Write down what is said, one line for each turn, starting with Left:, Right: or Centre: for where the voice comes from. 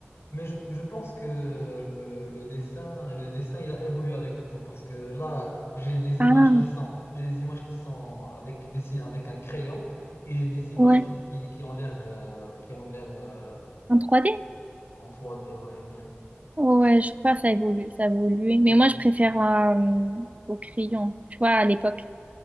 Left: mais je, je pense que le, le dessin, le dessin, il a évolué avec le temps parce que là, j'ai des
Right: Ah,
Left: images qui sont, j'ai des images qui sont avec dessinées avec un crayon et j'ai des images
Right: ouais.
Left: qui, qui, qui ont l'air euh, qui ont l'air euh,
Right: En 3D?
Left: en trois d ouais, bien.
Right: Ouais, je crois que ça évolue, ça a évolué. Mais
Left: Hmm.
Right: moi, je préfère euh, au crayon, tu vois, à l'époque,